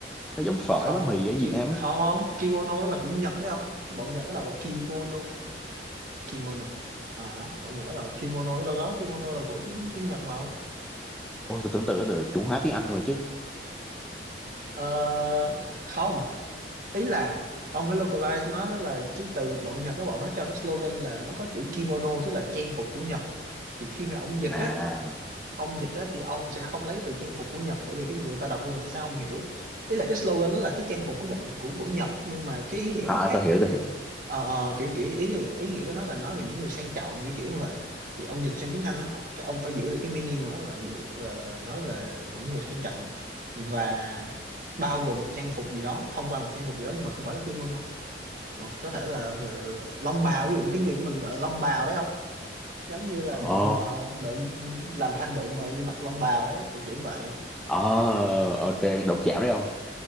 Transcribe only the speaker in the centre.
nó giống phở
bánh mì ở Việt
Nam á
ôi tôi tưởng tượng nó là chủ hóa tiếng Anh rồi chứ
à
à,
à tôi hiểu tôi hiểu
ồ
oh, ok đụng chạm đấy không